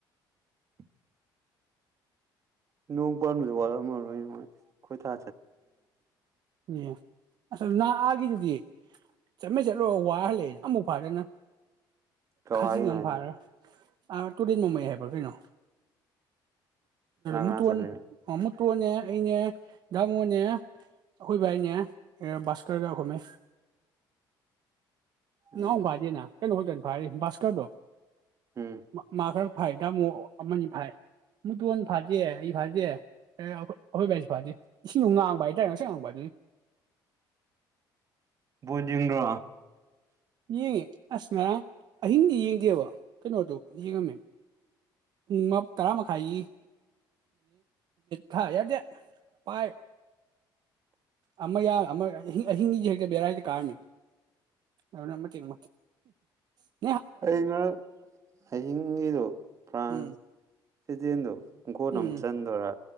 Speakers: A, on the right (about 35°); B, on the right (about 55°).
A: <unintelligible> ꯅꯣꯡ ꯋꯥ ꯋꯥꯔꯣꯏ ꯊꯥ
B: ꯎ ꯑ ꯅ ꯑꯒꯦꯗꯨꯗꯤ ꯆꯠꯃꯦꯩ ꯆꯠꯂꯣ ꯋꯥ ꯍꯜꯂꯛꯑꯦꯅ ꯑꯃꯨꯛ ꯐꯥꯗꯅ
A: ꯀꯋꯥꯏꯒꯤꯅꯣ
B: ꯈꯥꯖꯤꯡ ꯑꯃ
A: ꯍꯥꯏꯁꯦ
B: ꯐꯥꯔ ꯑꯥ ꯇꯨꯔꯦꯟ ꯃꯃꯩ ꯍꯥꯏꯕ꯭ꯔꯥ ꯀꯩꯅꯣ
A: ꯀꯅꯥ ꯀꯅꯥ
B: ꯃꯨꯇꯣꯟ
A: ꯆꯠꯂꯤꯕ
B: ꯐꯇꯣꯅꯦ ꯑꯩꯅꯦ ꯗꯥꯃꯣꯅꯦ ꯑꯩꯈꯣꯏ ꯚꯥꯏꯅꯦ ꯁꯀꯔꯒꯈꯃꯦ
A: ꯎꯝ
B: ꯅ ꯥꯏꯗꯤꯅ ꯀꯩꯅꯣ ꯍꯗꯣꯏꯅꯤ ꯥꯏ ꯕꯥꯁꯀꯔꯗꯨꯣ
A: ꯍꯝ
B: ꯃꯥ ꯈꯔ ꯐꯥꯏꯗ ꯑꯃꯨꯛ ꯑꯃꯅꯤ ꯐꯥꯏ ꯃꯨꯇꯣꯟ ꯐꯥꯗꯦ ꯑꯩ ꯐꯥꯗꯦ ꯑꯩꯣꯏ ꯑꯩꯈꯣꯏ ꯕꯥꯏꯁꯤ ꯐꯥꯗꯦ ꯏꯁꯤꯡ ꯉꯥꯡꯕ ꯍꯥꯏꯇꯥꯔꯦ ꯉꯁꯪꯣ ꯗꯤ
A: ꯄꯨꯗꯤ꯭ꯔꯣ
B: ꯌꯦꯡꯉꯦ ꯑꯁ ꯉꯔꯥꯡ ꯑꯍꯤꯡꯗꯤ ꯌꯦꯡꯗꯦꯕ ꯀꯩꯅꯣꯗꯨꯣ ꯌꯦꯡꯉꯝꯃꯦ ꯎꯝ ꯇꯔꯥ ꯃꯈꯥꯏ ꯊꯥ ꯏꯗꯤ ꯄꯥꯏ ꯑꯃ ꯌꯥ ꯑꯃ ꯑꯍꯤꯡꯁꯤ ꯍꯛꯇ ꯕꯦꯔꯥꯗꯤ ꯀꯥꯔꯅꯤ ꯑ ꯅꯃꯇꯦꯡ ꯃꯥꯦ
A: ꯑꯩ ꯉ ꯑꯍꯤꯡꯒꯤꯗꯨꯣ ꯐ꯭ꯔꯥꯟꯁ
B: ꯎꯝ
A: ꯁꯤꯗꯦꯟꯗꯣ ꯒꯣꯅ
B: ꯎꯝ
A: ꯑꯃꯝ ꯆꯟꯗꯣꯏꯔꯥ